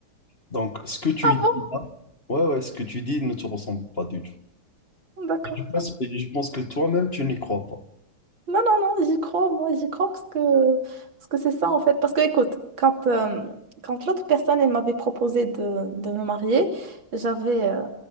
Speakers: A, on the left; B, on the right.
A: Donc, ce que tu
B: Ah bon?
A: dis là, ouais, ouais, ce que tu dis ne te ressemble pas du tout.
B: D'accord.
A: Et je pense, et je pense que toi-même, tu n'y crois pas.
B: Non, non, non, j'y crois, moi, j'y crois parce que parce que c'est ça en fait. Parce que écoute, quand, euh, quand l'autre personne, elle m'avait proposé de, de me marier, j'avais euh,